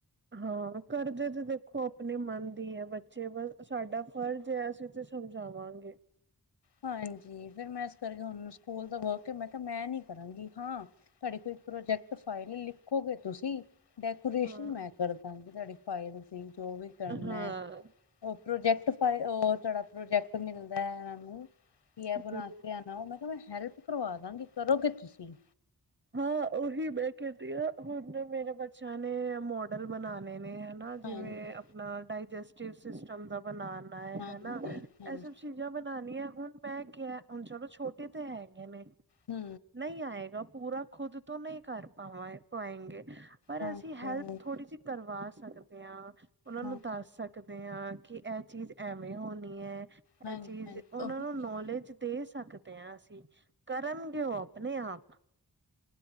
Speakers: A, on the right; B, on the left.
A: ਹਾਂ ਕਰਦੇ ਤੇ ਵੇਖੋ ਆਪਣੇ ਮਨ ਦੀ ਬੱਚੇ, ਬਸ ਸਾਡਾ ਫਰਜ ਹੈ, ਅਸੀਂ ਤੇ ਸਮਝਾਵਾਂਗੇ।
B: ਹਾਂਜੀ, ਫਿਰ ਮੈਂ ਇਸ ਕਰਕੇ ਹੁਣ ਸਕੂਲ ਦਾ ਵਰਕ ਹੈ, ਮੈਂ ਕਿਹਾ ਮੈਂ ਨੀ ਕਰਾਂਗੀ, ਹਾਂ। ਤੁਹਾਡੀ ਕੋਈ ਪ੍ਰੋਜੈਕਟ ਫਾਈਲ, ਲਿਖੋਗੇ ਤੁਸੀਂ। ਡੈਕੋਰੇਸ਼ਨ
A: ਹਾਂ
B: ਮੈਂ ਕਰਦਾਂਗੀ ਤੁਹਾਡੀ ਫਾਇਲ ਦੀ ਜੋ ਵੀ ਕਰਨਾ।
A: ਹਾਂ।
B: ਉਹ ਪ੍ਰੋਜੈਕਟ ਫਾਇਲ, ਉਹ ਤੁਹਾਡਾ ਪ੍ਰੋਜੈਕਟ ਮਿਲਦਾ ਹੈ। ਇਹਨਾਂ ਨੂੰ ਕੀ ਅਹ
A: ਹੂੰ
B: ਬਣਾ ਕੇ ਆਉਣਾ, ਮੈਂ ਕਿਹਾ ਮੈਂ ਹੈਲਪ ਕਰਵਾ ਦਾਂਗੀ, ਕਰੋਗੇ ਤੁਸੀਂ।
A: ਹਾਂ ਉਹੀ ਮੈਂ ਕਹਿੰਦੀ ਹਾਂ। ਹੁਣ ਮੇਰੇ ਬੱਚਿਆਂ ਨੇ ਮੋਡਲ ਬਨਾਨੇ ਨੇ। ਹਾਂ ਜਿਵੇਂ
B: ਹਾਂਜੀ
A: ਆਪਣਾ ਡਾਇਜਸਟਿਵ ਸਿਸਟਮ ਦਾ ਬਣਾਨਾ
B: ਹਾਂਜੀ
A: ਹੈਨਾ।
B: ਹਾਂਜੀ
A: ਇਹ ਸ ਚੀਜ਼ਾਂ ਬਣਾਨਣੀਆ, ਹੁਣ ਮੈਂ ਕਿਹਾ ਹੁਣ ਚਲੋ ਛੋਟੇ ਤਾਂ ਹੈਗੇ ਨੇ।
B: ਹੂੰ
A: ਨਹੀਂ ਆਏਗਾ, ਪੂਰਾ ਖੁਦ ਤੋਂ ਨਹੀਂ ਕਰ ਪਾਵ, ਪਾਏਂਗੇ। ਪਰ
B: ਹਾਂਜੀ
A: ਅਸੀਂ ਹੈਲਪ ਥੋੜ੍ਹੀ ਜਿਹੀ ਕਰਵਾ ਸਕਦੇ ਹਾਂ। ਉਹਨਾਂ ਨੂੰ
B: ਹਾਂ
A: ਦੱਸ ਸਕ ਸਕਦੇ ਹਾਂ, ਕਿ ਇਹ ਚੀਜ਼ ਐਵੇਂ ਹੋਣੀ ਹੈ,
B: ਹਾਂਜੀ
A: ਇਹ ਚੀਜ਼
B: ਹਾਂਜੀ
A: ਉਹਨਾਂ
B: ਉਹੀ
A: ਨੂੰ
B: ਚੀਜ਼,
A: ਨੌਲੇਜ ਦੇ ਸਕਦੇ ਹਾਂ ਅਸੀਂ, ਕਰਨਗੇ ਉਹ ਆਪਣੇ ਆਪ।